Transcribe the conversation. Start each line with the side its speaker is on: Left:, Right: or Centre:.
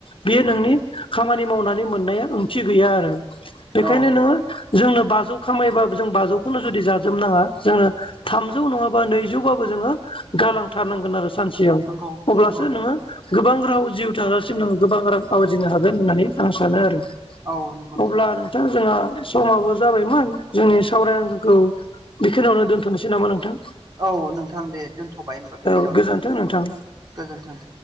Left: बेयो नोंनि खामानि मावनानै मोननाया ओंथि गैया आरो बेखायनो
Right: औ
Left: नोङो जोंनो बाजौ खामायोबो जों बाजौखौनो जुदि जाजोबनाङा जोंनो थामजौ नङाबा नैजौ थेवबाबो जोङो गालांथारनांगोन आरो सानसेयाव
Right: नंगौ
Left: अब्लासो
Right: नंगौ थारैनो
Left: नोङो गोबां राव जिउ था गोबां रां आवजिनो हागोन होननानै आं सानो आरो
Right: औ नंगौ
Left: अब्ला नोंथां जोंहा समाबो जाबायमोन जोंनि सावरायखौ बेखिनियावनो दोनथ'नोसै नामा नोंथां
Right: औ नोंथां दे दोनथ'बाय हबा बेखिनियावनो
Left: औ गोजोन्थों नोंथां
Right: गोजोनथों